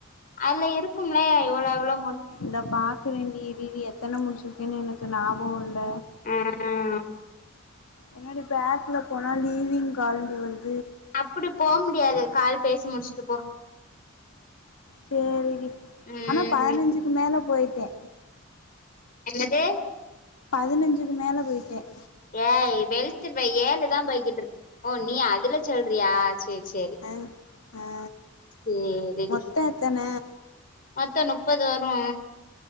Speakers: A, on the left (about 40°); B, on the left (about 85°).
A: அதில இருக்குமே இல்ல எவ்ளோ எவ்ளோ
B: இந்தா பாக்குறேன் டி இருடி எத்தன முடிச்சிருக்கேனு எனக்கு ஞாபகோ இல்ல
A: ம்
B: என்னாடி பேக்ல போனா லீவிங் கால்ண்டு வருது
A: அப்டி போ முடியாது கால் பேசி முடிச்சுட்டு போ
B: சேரிடீ
A: ம்
B: ஆனா பதினஞ்சுக்கு மேல போயிட்டே
A: என்னது
B: பதனஞ்சுக்கு மேல போயிட்டேன்
A: ஏய் வெளுத்துருவே ஏழுதா போய்கிட்டுருக் ஓ நீ அதுல சொல்றியா? சேர் சேரி
B: அ ஆ
A: சேரிடி
B: மொத்தோ எத்தன
A: மொத்தோ நுப்பது வரு